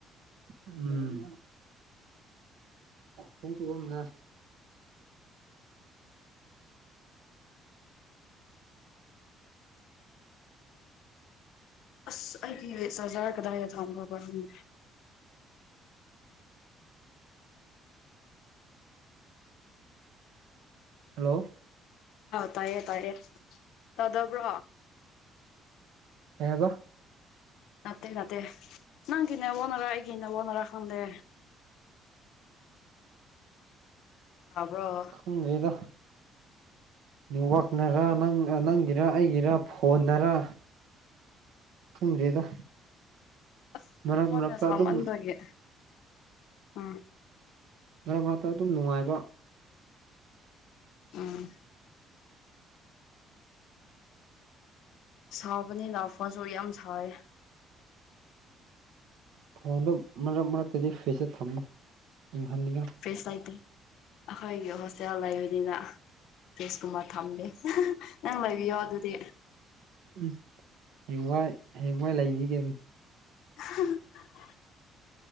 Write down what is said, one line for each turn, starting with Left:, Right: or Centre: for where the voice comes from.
Right: ꯎꯝ ꯊꯝꯗ
Left: ꯑꯁ ꯑꯩꯒꯤ ꯆꯖꯥꯔ ꯀꯗꯥꯏꯗ ꯊ ꯕꯪꯦ
Right: ꯍꯜꯂꯣ
Left: ꯍꯥꯎ ꯇꯥꯏꯌꯦ ꯇꯌꯦꯌꯦ ꯑꯗꯕ꯭ꯔꯣ
Right: ꯀꯕ
Left: ꯅꯠꯇꯦ ꯅꯠꯇꯦ ꯅꯪꯒꯅꯦ ꯑꯣꯅꯔ ꯑꯩꯒꯤꯟꯅ ꯍꯅꯔ ꯀꯗꯦ ꯇꯥꯕ꯭ꯔꯣ
Right: ꯈꯪꯒꯩꯗ
Left: <unintelligible>
Right: ꯅꯋꯥꯛꯅꯔ ꯅ ꯅꯪꯒꯤꯔ ꯑꯩꯒꯤꯔ ꯐꯣꯟꯅꯔ ꯈꯪꯗ꯭ꯔꯦꯗ
Left: ꯑꯁ
Right: ꯃꯔꯛ
Left: ꯑꯩꯉꯣꯟꯗ
Right: ꯃꯔꯛꯇ
Left: ꯁꯥꯃꯟꯕꯒꯤ
Right: ꯑꯗꯨꯝ
Left: ꯑ
Right: ꯃꯔꯔ ꯃꯔꯛꯇ ꯑꯗꯨꯝ ꯅꯨꯡꯉꯥꯏꯕ
Left: ꯎꯝ ꯁꯥꯎꯕꯅꯤꯅ ꯐꯣꯟꯁꯨ ꯌꯥꯝ ꯁꯥꯎꯋꯦ
Right: ꯐꯣꯟꯗꯨꯣ ꯃꯔꯛ ꯃꯔꯛꯇꯗꯤ ꯐꯤꯆꯔ ꯊꯝꯃꯨ ꯏꯪꯍꯟꯅꯤꯡꯉꯥꯏ
Left: ꯐꯦꯁ ꯂꯩꯇꯦ ꯑꯩꯈꯣꯏꯒꯤ ꯍꯣꯁꯇꯦꯜ ꯂꯩꯕꯅꯤꯅ ꯀꯦꯁꯀꯨꯃꯥꯔ ꯊꯝꯂꯦ ꯅꯪ ꯂꯩꯕꯤꯌꯣ ꯑꯗꯨꯗꯤ
Right: ꯎꯝ ꯍꯦꯡꯋꯥꯏ ꯍꯌꯦꯡꯋꯥꯏ ꯂꯩꯈꯤꯒꯦ
Left: <unintelligible>